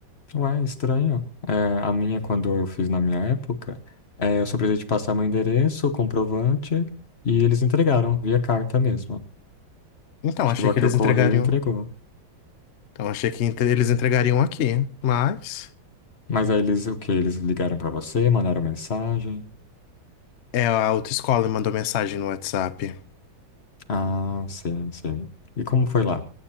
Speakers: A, on the left (about 40°); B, on the left (about 70°).
A: Ué, estranho. É, a minha, quando eu fiz na minha época, é, eu só precisei de passar meu endereço, comprovante, e eles entregaram, via carta mesmo.
B: Então,
A: Chegou
B: achei
A: aqui
B: que eles
A: o correio
B: entregariam.
A: e entregou.
B: Então, achei que entre- eles entregariam aqui, mas.
A: Mas aí eles, o quê? Eles ligaram pra você, mandaram mensagem?
B: É, a autoescola me mandou mensagem no WhatsApp.
A: Ah, sim, sim. E como foi lá?